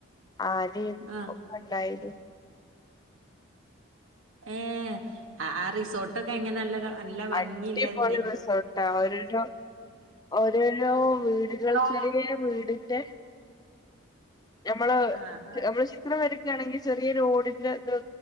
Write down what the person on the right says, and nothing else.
ആഹ്.
ഏ ആ റിസോർട്ടൊക്കെ എങ്ങനെയാ നല്ലതാ അല്ല ഭംഗില്ല
<unintelligible>
ആഹ്. ആഹ്.